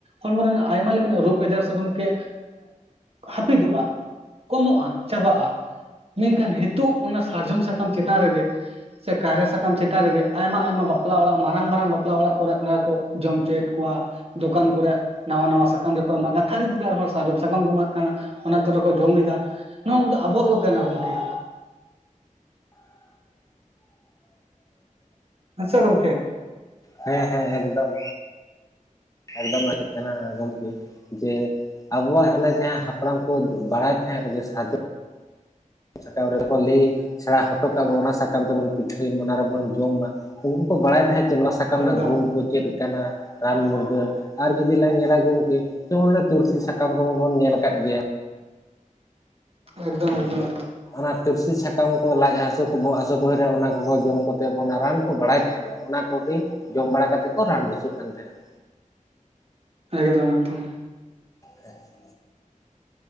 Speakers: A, on the right; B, on the left.
A: ᱦᱚᱲᱢᱚ ᱨᱮᱱᱟᱜ ᱟᱭᱢᱟ ᱞᱮᱠᱟᱱᱟᱜ ᱨᱳᱜᱽ ᱟᱡᱟᱨ ᱥᱮ ᱜᱚᱝᱠᱮ ᱦᱟᱹᱯᱤᱫᱚᱜᱼᱟ ᱠᱚᱢᱚᱜᱼᱟ ᱪᱟᱵᱟᱜᱼᱟ ᱢᱮᱱᱠᱷᱟᱱ ᱱᱤᱛᱳᱜ ᱚᱱᱟ ᱥᱟᱨᱡᱚᱢ ᱥᱟᱠᱟᱢ ᱪᱮᱛᱟᱱ ᱨᱮᱜᱮ
B: <inaudible>
A: ᱟᱪᱪᱷᱟ ᱠᱟᱭᱨᱟ ᱥᱟᱠᱟᱢ ᱪᱮᱛᱟᱱ ᱨᱮᱜᱮ ᱟᱭᱢᱟ ᱟᱭᱢᱟ ᱵᱟᱯᱞᱟ ᱚᱲᱟᱜ ᱢᱟᱨᱟᱝ ᱢᱟᱨᱟᱝ ᱵᱟᱯᱞᱟ ᱚᱲᱟᱜ ᱠᱚᱨᱮ ᱚᱱᱟ ᱠᱚ ᱡᱚᱢ ᱦᱚᱪᱚᱭᱮᱫ ᱠᱚᱣᱟ ᱫᱚᱠᱟᱱ ᱠᱚᱨᱮ ᱱᱟᱣᱟ ᱱᱟᱣᱟ ᱥᱟᱠᱟᱢ ᱨᱮᱠᱚ ᱮᱢᱟᱜ-ᱟ ᱛᱷᱟᱹᱨᱤ ᱪᱮᱛᱟᱱ ᱨᱮᱸᱦᱚ ᱥᱟᱨᱡᱚᱢ ᱥᱟᱠᱟᱢ ᱠᱚ ᱮᱢᱟᱜ ᱠᱟᱱᱟ ᱚᱱᱟ ᱛᱮ ᱨᱮᱠᱚ ᱡᱚᱢ ᱮᱫᱟ ᱱᱚᱣᱟᱫᱚ ᱟᱵᱚᱣᱟᱜ ᱠᱚ ᱠᱟᱱᱟ ᱜᱚᱢᱠᱮ ᱟᱪᱪᱷᱟ ᱜᱚᱢᱠᱮ
B: ᱦᱮᱸ ᱦᱮᱸ ᱮᱠᱫᱚᱢ ᱮᱠᱫᱚᱢᱮᱫ ᱠᱟᱱᱟ ᱜᱚᱢᱠᱮ ᱡᱮ ᱟᱵᱚᱣᱟᱜ ᱚᱱᱮ ᱡᱟᱦᱟᱸ ᱦᱟᱯᱲᱟᱢ ᱠᱚ ᱵᱟᱲᱟᱭ ᱛᱟᱦᱮᱸᱫ ᱠᱟᱱᱟ ᱥᱟᱨᱡᱚᱢ ᱥᱟᱠᱟᱢ ᱨᱮᱠᱚ ᱞᱟᱹᱭ ᱥᱮᱲᱟ ᱦᱚᱴᱚ ᱠᱟᱜ ᱵᱚᱱ ᱚᱱᱟ ᱥᱟᱠᱟᱢ ᱛᱮᱵᱚᱱ ᱯᱤᱴᱷᱟᱹᱭ ᱢᱟ ᱚᱱᱟ ᱨᱮᱵᱚᱱ ᱡᱚᱢ ᱢᱟ ᱾ ᱩᱱᱠᱩ ᱠᱚ ᱵᱟᱲᱟᱭ ᱛᱟᱦᱮᱸᱫ ᱡᱮ ᱱᱚᱣᱟ ᱥᱟᱠᱟᱢ ᱨᱮᱱᱟᱜ
A: ᱮᱠᱫᱚᱢ
B: ᱜᱩᱱ ᱠᱚ ᱪᱮᱫ ᱠᱟᱱᱟ ᱾ ᱨᱟᱱ ᱢᱩᱨᱜᱟᱹᱱ ᱟᱨ ᱡᱩᱫᱤ ᱞᱟᱝ ᱧᱮᱞᱟ ᱜᱚᱝᱠᱮ, ᱡᱮᱢᱚᱱ ᱛᱩᱞᱥᱤ ᱥᱟᱠᱟᱢ ᱠᱚᱢᱟᱵᱚᱱ ᱧᱮᱞ ᱟᱠᱟᱫ ᱜᱮᱭᱟ ᱾
A: ᱮᱠᱫᱚᱢ ᱮᱠᱫᱚᱢ ᱮᱠᱫᱚᱢ ᱾
B: ᱚᱱᱟ ᱛᱩᱨᱥᱤ ᱥᱟᱠᱟᱢ ᱠᱚ ᱞᱟᱡ ᱦᱟᱥᱩ ᱠᱚ ᱵᱚᱦᱚᱜ ᱦᱟᱥᱩ ᱠᱚ ᱦᱩᱭᱱᱟ ᱚᱱᱟ ᱠᱚᱠᱚ ᱡᱚᱢ ᱠᱟᱛᱮ ᱠᱚ ᱚᱱᱟ ᱨᱟᱱ ᱠᱚ ᱵᱟᱲᱟᱭ ᱛᱟᱦᱮᱱᱟ ᱾ ᱚᱱᱟ ᱠᱚᱜᱮ ᱡᱚᱢ ᱵᱟᱲᱟ ᱠᱟᱛᱮ ᱠᱚ ᱨᱟᱱ ᱵᱮᱥᱚᱜ ᱠᱟᱱ ᱛᱟᱦᱮᱸᱫ ᱾
A: ᱮᱠᱫᱚᱢ ᱮᱠᱫᱚᱢ ᱾
B: ᱦᱮᱸ <unintelligible>